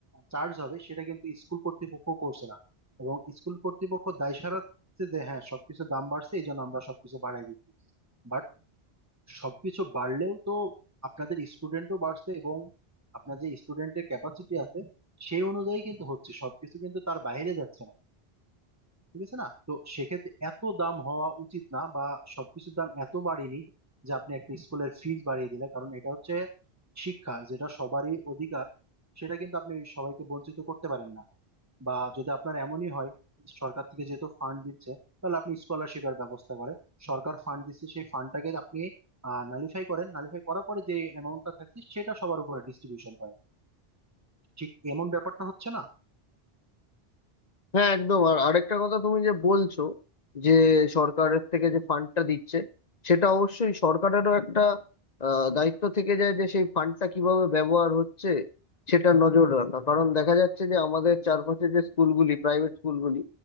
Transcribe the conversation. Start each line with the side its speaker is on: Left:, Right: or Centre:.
Right: চার্জ হবে সেটা কিন্তু স্কুল কর্তৃপক্ষ করছে না এবং স্কুল কর্তৃপক্ষ দায় সারাচ্ছে যে হ্যাঁ সবকিছু দাম বাড়ছে এই জন্য আমরা সবকিছু বাড়াই দিচ্ছি বাট সবকিছু বাড়লেও তো আপনাদের স্টুডেন্টও বাড়ছে এবং আপনার যে স্টুডেন্টের ক্যাপাসিটি আছে সেই অনুযায়ী কিন্তু হচ্ছে সবকিছু কিন্তু তার বাইরে যাচ্ছে না ঠিক আছে না তো সেক্ষেত্রে এত দাম হওয়া উচিত না বা সবকিছুর দাম এত বাড়েনি যে আপনি একটা স্কুলের ফিজ বাড়িয়ে দিলে কারণ এটা হচ্ছে শিক্ষা যেটা সবারই অধিকার সেটা কিন্তু আপনি সবাইকে বঞ্চিত করতে পারেন না বা যদি আপনার এমনই হয় সরকার থেকে যেহেতু ফান্ড দিচ্ছে তাহলে আপনি স্কলারশিপের ব্যবস্থা করেন সরকার ফান্ড দিচ্ছে সেই ফান্ডটাকে আপনি নালিফাই করেন নালিফাই করার পরে যে অ্যামাউন্টটা থাকছে সেটা সবার উপরে ডিস্ট্রিবিউশন করেন ঠিক এমন ব্যাপারটা হচ্ছে না
Left: হ্যাঁ একদম আর আরেকটা কথা তুমি যে বলছো যে সরকারের থেকে যে ফান্ডটা দিচ্ছে সেটা অবশ্যই সরকারেরও একটা আহ, দায়িত্ব থেকে যায় যে সেই ফান্ডটা কিভাবে ব্যবহার হচ্ছে সেটা নজর রাখা কারণ দেখা যাচ্ছে যে আমাদের চারপাশে যে স্কুলগুলি প্রাইভেট স্কুলগুলি